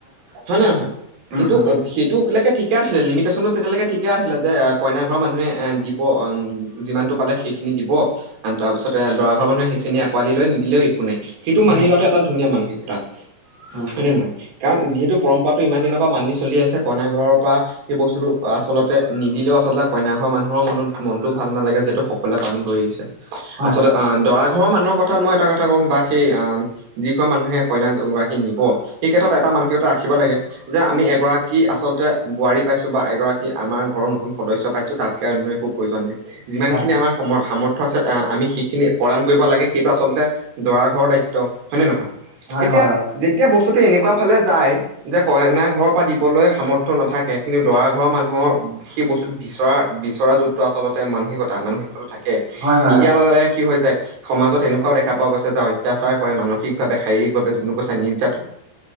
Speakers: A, on the right; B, on the right.
A: হয় নে নহয়?
B: উম
A: কিন্তু
B: উম
A: সেইটোলেকে ঠিকে আছিলে লিমিটেচনত তেতিয়ালৈকে ঠিকে আছিলে যে কইনা ঘৰৰ মানুহে এ দিব অম যিমানটো পালে সেইখিনি দিব তাৰ পিছতে দৰা ঘৰ মানুহে সেইখিনি আঁকোৱালি লয় নিদিলেও একো নাই। সেইটো
B: হয়
A: মানি লোৱাটো এটা ধুনীয়া মানসিকতা
B: উম
A: হয়নে নহয় কাৰণ যিহেতু পৰম্পৰাটো ইমান দিনৰ পৰা মানি চলি আছে কইনা ঘৰৰ পৰা। সেই বস্তুটো আচলতে নিদিলেও আচলতে কইনা ঘৰ মানুহৰ মনত মনটো ভাল নালাগে যিহেতু সকলোৱে পালন কৰি আহিছে।
B: হয়
A: আচলতে
B: হয়
A: অ দৰা ঘৰৰ মানুহৰ কথাত মই এটা কথা কম বা সেই আম যি ঘৰ মানুহে কইনা গৰাকীক নিব সেই ক্ষেত্ৰত এটা মানসিকতা ৰাখিব লাগে। যে আমি এগৰাকী আচলতে বোৱাৰী পাইছোঁ বা এগৰাকী আমাৰ ঘৰৰ নতুন সদস্য পাইছোঁ তাত কে আন একো প্ৰয়োজন নাই। যিমান
B: উম
A: খিনি আমাৰ সম সামৰ্থ্য আছে আহ আমি সেইখিনি প্ৰদান কৰিব লাগে। সেইটো আচলতে দৰা ঘৰৰ দায়িত্ব হয় নে নহয়?
B: হয়
A: এতিয়া
B: হয় হয় হয় হয় হয় অ
A: যেতিয়া বস্তুটো এনেকুৱা ফালে যায়। যে কইনা ঘৰৰ পৰা দিবলৈ সামৰ্থ্য নাথাকে কিন্তু দৰা ঘৰৰ মানুহৰ সেই বস্তুটো বিচৰাৰ বিচৰা যোনটো আচলতে মানসিকতা মানসিক কতাটো থাকে।
B: হয় হয়
A: নিদিয়াৰ
B: অ
A: লগে লগে কি হৈ যায় সমাজত এনেকুৱাও দেখা পোৱা গৈছে যে অত্যাচাৰ কৰে মানসিকভাৱে শাৰীৰিকভাৱে যোনটো কৈছে নিৰ্যাতন